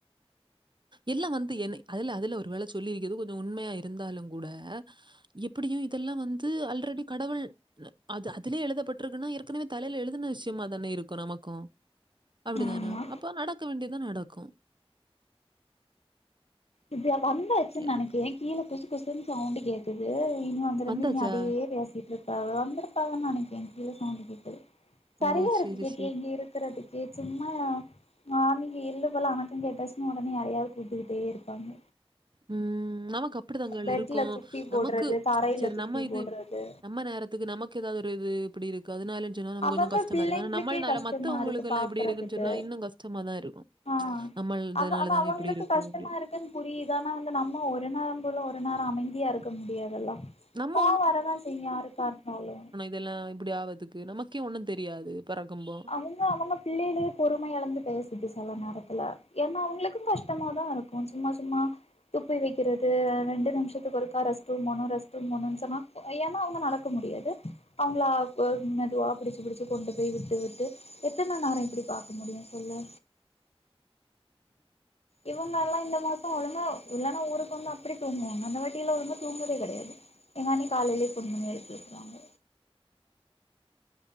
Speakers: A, on the right (about 50°); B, on the left (about 80°).
A: எல்லாம் வந்து என்ன அதுல அதுல ஒரு வேல சொல்லிருக்கிறது கொஞ்சம் உண்மையா இருந்தாலும் கூட எப்படியும் இதெல்லாம் வந்து ஆல்ரெடி கடவுள் அது அதுலே எழுதப்பட்ருக்குன்னா ஏற்கனவே தலையில எழுதுன விஷயமா தான இருக்கும் நமக்கும் அப்படிதான
B: ஆமா
A: அப்போ நடக்க வேண்டிதா நடக்கும்
B: இதுக வந்தாச்சு
A: எனக்கு
B: நெனைக்கேன் கீழ குசு குசுனு சவுண்ட கேக் க்குது இனிமே அங்கருந்து
A: வந்தாச்சா
B: இனு அதயே பேசி இப்ப வந்துருப்பாங்க நெனைக்கே கீழ சவுண் கேக்குது சரியா
A: ஓ
B: இருக்கு
A: சரி
B: கேட்டியே
A: சரி
B: இங்க இரு க்கறதுக்கு சும்மா மார்னிங் எள்ளு போல அணக்கம் கேட்டாச்சுன்னா ஒடனே யாரையாவது கூப்ட்டுக்கிட்டே இரு பாங்க
A: ம் நமக்கு அப்படித்தங்கல்
B: பெட்ல
A: இருக்கும்
B: துப்பி போடுறது
A: நமக்கு
B: தரையில
A: சரி
B: துப்பி
A: நம்ம இது
B: போடுறது
A: நம்ம நேரத்துக்கு நமக்கு ஏதாவது ஒரு இது இப்படி இருக்குது அதுனால ஏன்னா நம்ம
B: அவங்க
A: கொஞ்சம் கஷ்டமா
B: பிள்ளைங்களுக்கே
A: இருக்கு ஆ நம்மள்னால
B: கஷ்டமா
A: மத்தவங்களுக்கு
B: இருக்கு
A: எல்லாம்
B: பாக்குறதுக்கு
A: எப்படி இருக்குன்னு சொன்னா இன்னும் கஷ்டமா தான் இருக்கும்
B: ஆ
A: நம்மள்தனாலதானே
B: அவ அது அவங்களுக்கு
A: இப்டி இருக்கு
B: கஷ்டமா
A: அப்டின்
B: புரியுது ஆனா வந்து நம்ம ஒரு நேரம் போல ஒரு நேரம் அமைதியா இருக்க முடியாதுல்ல
A: நம்ம
B: கோவ வரதா செய்யு யாருக்கா இருந்தாலு
A: துல்லா இப்டி ஆவதுக்கு நமக்கே ஒண்ணும் தெரியாது பெறக்கம்போ
B: அவங்க அவங்க பிள்ளையிலயே பொறும எழந்துட்டு செல நேரத்துல ஏன்னா அவங்களுக்கும் கஷ்டமாதா இருக்கு சும்மா சும்மா துப்பி வெக்கிறது ரெண்டு நிம்ஷத்துக்கு ஒருக்கா ரெஸ்ட் ரூம் போணு டெஸ்ட் ரூம் போணு சொன்னா ஏனா அவங்க நடக்க முடியாது அவங்களா மெதுவா புடிச்சி புடிச்சி கொண்டு போய் வி ட்டுவிட்டு எத்தன நேரம் இப்டி பாக்க முடியு சொல்லு இவங்கல்லா இந்த மாசோ ஒழுங்கா இல்லன்னா ஊருக்கு வந்து அப்டி தூங்குவாங்க இந்த வாட் கீழ உழுந்து தூங்கவே கெடையாது எங்கண்ணி காலையிலயே ஃபோன் பண்ணி எழுப்பி வுட்றுவாங்க